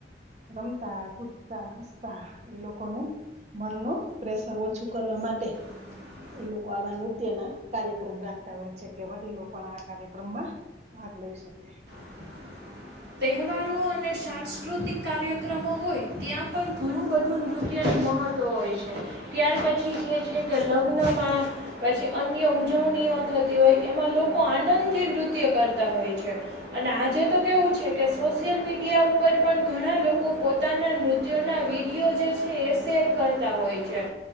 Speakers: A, on the right; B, on the right.
A: રમતા કૂદતા હસતા એ લોકોનું મન ન પ્રેશર ઓછું કરવા માટે
B: <inaudible>
A: એ લોકો આવા નૃત્ય ના કાર્યક્રમ રાખતા હોય છે કે વડીલો પણ આ કાર્યક્રમમાં ભાગ લે શકે.
B: <unintelligible> તહેવારો અને સાંસ્કૃતિક કાર્યક્રમો હોય ત્યાં પણ ઘણું બધું નૃત્ય મહત્વ હોય છે ત્યાર પછી જે છે કે લગ્નમાં પછી અન્ય ઉજવણી <unintelligible> હોય એમાં લોકો આનંદ થી નૃત્ય કરતા હોય છે અને આજે તો કેવું છે કે સોશિયલ મીડિયા ઉપર પણ ઘણા લોકો પોતાના નૃત્યોના વિડીિયો જે છે એ સે ર કરતા હોય છે.